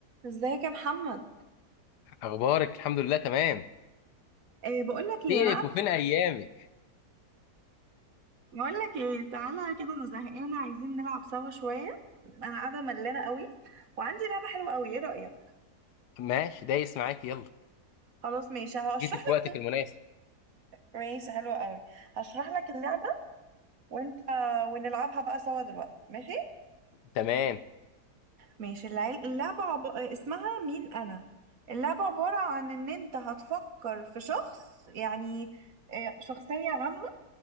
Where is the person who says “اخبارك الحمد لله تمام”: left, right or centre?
Left